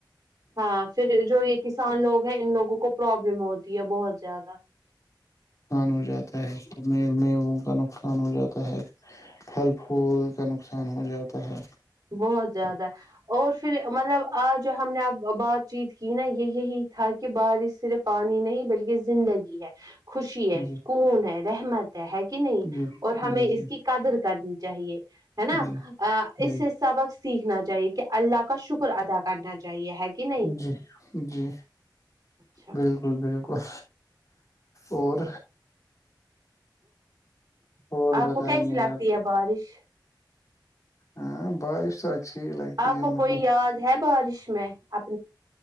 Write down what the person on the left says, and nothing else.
آان ہو جاتا ہے کا نقص نقصان ہو جاتا ہے پھل پھول کا نقصان ہو جاتا ہے
جی
جی
جی
جی
جی
جی
جی جی
بالکل بالکل اور اور
بتائیے
آپ
ہاں بارش اچھی ہی لگتی
ہے
مجھے